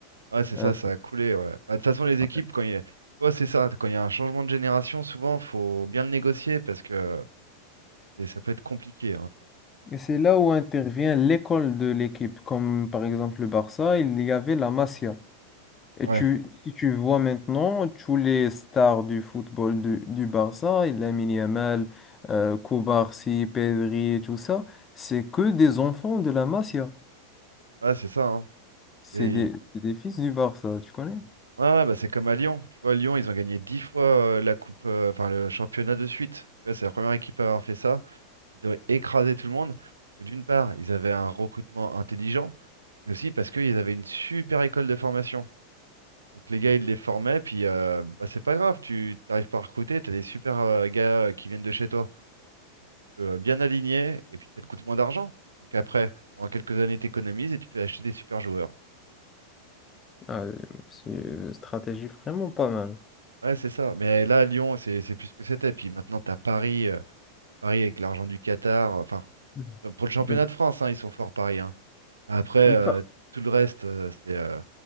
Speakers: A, on the right; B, on the left.
A: Ouais, c'est
B: euh,
A: ça, ça a coulé. Ouais. Bah, de toute façon, les équipes,
B: ouais.
A: quand il y a... Tu vois, c'est ça. Quand il y a un changement de génération, souvent, faut bien le négocier parce que. Et ça peut être compliqué, hein.
B: et c'est là où intervient l'école de l'équipe. Comme par exemple le Barça, il y avait la Masia. Et
A: Ouais,
B: tu, si tu vois maintenant, tous les stars du football du, du Barça, Lamine Yamal, euh, Koubarsi, Pedri, et tout ça, c'est que des enfants de la Masia.
A: ah, c'est ça, hein.
B: C'est
A: Et...
B: des,
A: il-
B: c'est des fils du Barça, tu connais?
A: Ouais, ouais, bah, c'est comme à Lyon. Tu vois, Lyon, ils ont gagné 10 fois euh, la coupe, euh, enfin le championnat de suite. Tu vois, c'est la première équipe à avoir fait ça. Ils ont écrasé tout le monde. Parce que d'une part, ils avaient un recrutement intelligent, mais aussi parce qu'ils avaient une super école de formation. Donc les gars, ils les formaient, puis euh, bah, c'est pas grave, tu t'arrives pas à recruter, t'as des super euh, gars euh, qui viennent de chez toi. Donc tu peux euh, bien aligner, et puis ça te coûte moins d'argent. Donc après, pendant quelques années, t'économises et tu peux acheter des super joueurs.
B: Ah, c'est une stratégie vraiment pas mal.
A: Ouais, c'est ça. Mais là, Lyon, c'est c'est plus ce que c'était. Puis maintenant, t'as Paris, euh, Paris avec l'argent du Qatar. Enfin,
B: Mhm.
A: euh, pour le championnat
B: Mais,
A: de France, hein, ils sont forts Paris. hein. Après,
B: mais
A: euh,
B: pas-
A: tout le reste, euh, c'est, euh,